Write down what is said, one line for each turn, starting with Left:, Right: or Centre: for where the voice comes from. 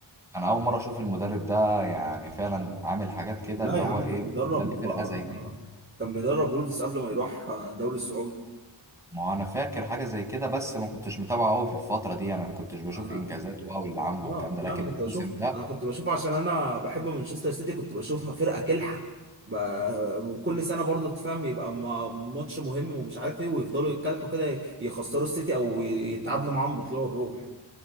Centre: انا اول مره اشوف المدرب ده يعني فعلا عامل حاجات كده
Right: لا
Centre: اللي
Right: يا
Centre: هو
Right: عم
Centre: ايه
Right: كان بيدرب
Centre: بيخلي فرقه
Right: و...
Centre: زي دي
Right: كان بيدرب وولفز قبل ما يروح الدوري السعودي
Centre: ما هو انا فاكر حاجه زي كده بس ما كنتش متابعه قوي في الفتره دي انا ما كنتش بشوف
Right: انا
Centre: انجازاته بقى واللي عامله
Right: اه
Centre: والكلام ده
Right: لا
Centre: لكن
Right: انا كنت
Centre: الموسم
Right: بشوف
Centre: ده
Right: انا كنت بشوف عشان انا بحب مانشستر سيتي كنت بشوفها فرقه كلحه ب... وكل سنه برضو تفهم يبقى م... ماتش مهم ومش عارف ايه ويفضلوا يتكلحوا كده ي- يخسروا السيتي او يتعادلوا معاهم بطلوع الروح